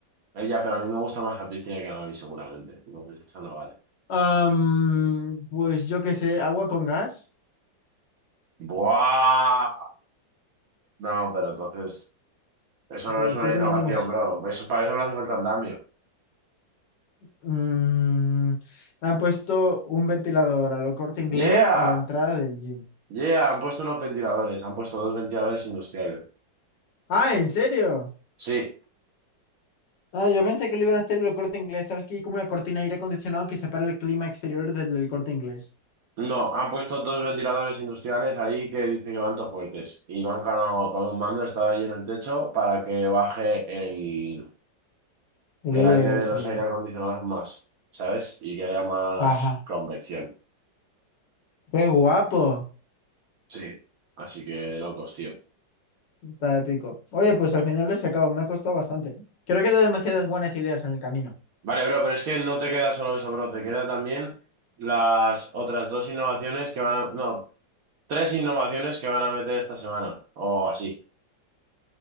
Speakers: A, on the right; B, on the left.
A: Ella, pero a mí me gusta más la piscina que la mami, seguramente. Entonces, eso no vale.
B: Am, pues yo qué sé, agua con gas.
A: ¡Buah! No, pero entonces, eso no
B: Te lo
A: es
B: estoy
A: una
B: poniendo
A: innovación,
B: más.
A: bro. Eso, para eso no hace falta andamio.
B: Mm, han puesto un ventilador a lo corte inglés
A: ¡Yeah!
B: a la entrada del gym.
A: ¡Yeah! Han puesto unos ventiladores, han puesto dos ventiladores industriales.
B: Ah, ¿en serio?
A: Sí,
B: Ah, yo pensé que lo iban a hacer el Corte Inglés. ¿Sabes que hay como una cortina de aire acondicionado que separa el clima exterior del, del Corte Inglés?
A: no, han puesto dos ventiladores industriales ahí que dicen que van todos fuertes. Y van con, con un mando, está ahí en el techo para que baje el,
B: El
A: el
B: aire
A: aire de
B: frío.
A: los aire acondicionados más, ¿sabes? Y que haya más
B: Ajá.
A: convección.
B: Qué guapo.
A: Sí. Así que de locos, tío.
B: Está épico. Oye, pues al final lo he sacado. Me ha costado bastante. Creo que he dado demasiadas buenas ideas en el camino.
A: Vale, bro, pero es que no te queda solo eso, bro, te queda también las otras dos innovaciones que van a... No, tres innovaciones que van a meter esta semana, o así.